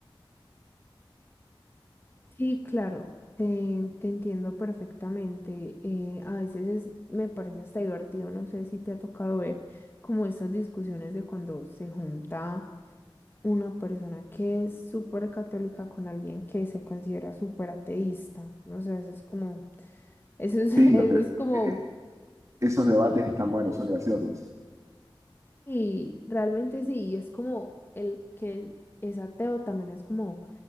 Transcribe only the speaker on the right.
Sí,
los de-
e- e- esos debates están buenos, son graciosos.